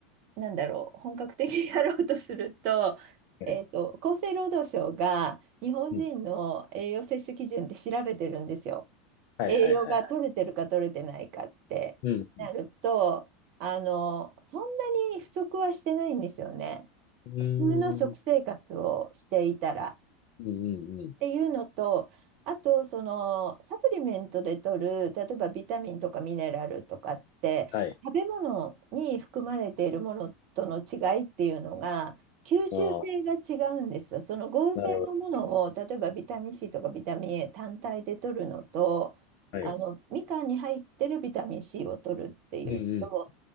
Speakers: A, on the right (about 45°); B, on the left (about 50°).
A: なんだろう、本格的にやろうとすると、<laughs>
B: ん
A: えっと、厚生労働省が日本人の栄養摂取基準って調べてるんですよ。
B: うんはいはいはい。
A: 栄養が取れてるか取れてないかってなると、
B: うん。
A: あの、そんなに不足はしてないんですよね。
B: うーん。
A: 普通の食生活をしていたら。
B: うんうんうん。
A: っていうのと、あとそのサプリメントで取る、例えばビタミンとかミネラルとかって、
B: はい。
A: 食べ物に含まれているものとの違いっていうのが、吸収性が違うんですよ。
B: ああ、
A: その合成のものを、
B: なるほどね。
A: 例えばビタミン C とかビタミン A 単体で取るのと、
B: はい。
A: あのみかんに入ってるビタミン C を取るっていうと、
B: うんうん。